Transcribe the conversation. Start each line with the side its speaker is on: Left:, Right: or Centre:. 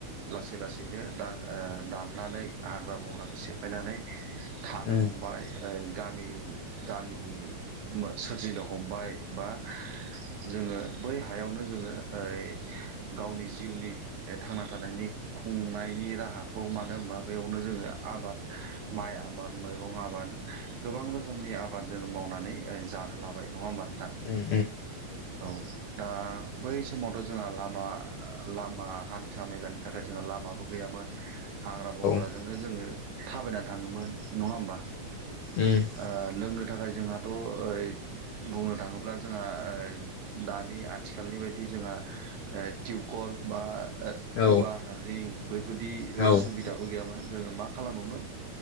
Right: लासै लासैनो ओ दाननानै हाग्रा बंग्राखौ सेफायनानै थानो
Left: उम
Right: हमबाय ओ गामि गामि सोरजिनो हमबाय बा जोङो बै हायावनो जोङो ओइ गावनि जिउनि थांना थानायनि खुंनायनि राहाखौ मानो होनबा बेयावनो जोङो आबाद माइ आबाद मैगं आबाद गोबां रोखोमनि आबाद जोङो मावनानै जानो लाबाय नङा होमबा नोंथां
Left: उम
Right: औ दा बै समावथ' जोंहा लामा लामा हान्था मेलानि थाखाय जोंहा लामाबो गैयामोन हाग्रा बंग्राजोंनो
Left: उम
Right: जोङो थाबायनानै थाङोमोन नङा होमबा
Left: उम
Right: ओ लोंनो थाखाय जोंहाथ' ओइ बुंनो थाङोब्ला जोंहा दानि आथिखालनि बायदि जोंहा टिउकल बा
Left: औ
Right: कुवा रिं बैफोरदि
Left: औ औ उम औ
Right: सुबिदाबो
Left: औ
Right: गैयामोन जोङो मा खालामोमोन